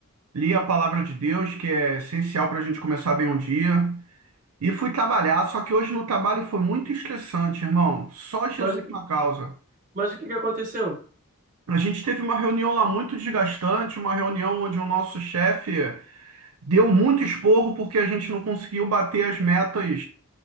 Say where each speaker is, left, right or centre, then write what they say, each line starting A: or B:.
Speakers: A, on the right (about 75°); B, on the right (about 40°).
A: Li a palavra de Deus, que é essencial para a gente começar bem um dia. E fui trabalhar, só que hoje no trabalho foi muito estressante, irmão. Só Jesus
B: Mas, o que-
A: na causa.
B: mas o que que aconteceu?
A: A gente teve uma reunião lá muito desgastante, uma reunião onde o nosso chefe Deu muito esporro porque a gente não conseguiu bater as metas